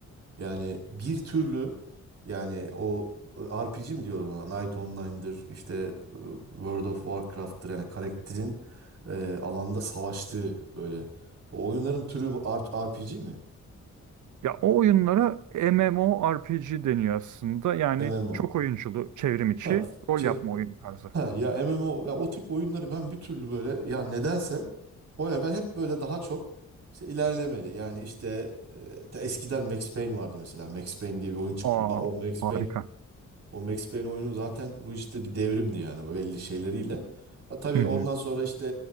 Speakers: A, on the right; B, on the right.
A: yani bir türlü yani o RPG mi diyorlar ona Night Online'dır işte e, World of Warcraft'tır yani karakterin e, alanda savaştığı böyle. O oyunların türü R- RPG mi?
B: Ya o oyunlara MMORPG deniyor aslında. Yani
A: MMO.
B: çok oyunculu, çevrim içi
A: Ha,
B: rol
A: çek
B: yapma oyunu tarzı.
A: Ha ya M M o ya o tip oyunları ben bir türlü böyle ya nedense o ne ben hep böyle daha çok işte ilerlemeli. Yani işte e, ta eskiden Max Payne vardı mesela. Max Payne diye bir oyun çıktı.
B: Aa,
A: Ya o Max Payne
B: harika.
A: o Max Payne oyunu zaten bu işte bir devrimdi yani belli şeyleriyle. Ha, tabii
B: Hı hı.
A: ondan sonra işte